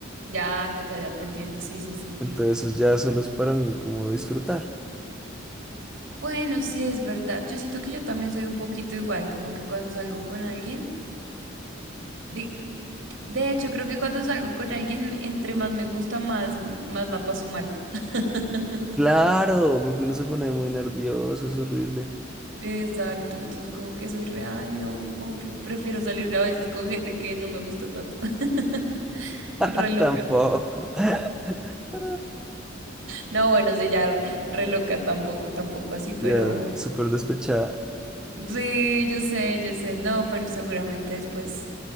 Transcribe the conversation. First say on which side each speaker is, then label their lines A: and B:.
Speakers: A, on the right; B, in the centre.
A: Ya, ya, ya, ya te entiendo. Sí, sí, sí, sí.
B: Entonces eso ya solo es para mí como disfrutar.
A: Bueno, sí es verdad. Yo siento que yo también soy un poquito igual, como que cuando salgo con alguien, di- de hecho creo que cuando salgo con alguien, entre más me gusta, más, más la paso mal. <laughs>
B: Claro, porque uno se pone muy nervioso, es horrible.
A: Exacto, entonces como que soy re, ay no, como que prefiero salir a veces con gente que no me gusta tanto. <laughs>
B: <laughs>
A: Re loca.
B: Tampoco. <laughs>
A: No, bueno, sí, ya re re loca tampoco, tampoco así, pero
B: Ya, súper despechada.
A: sí, yo sé, yo sé, no, pero seguramente después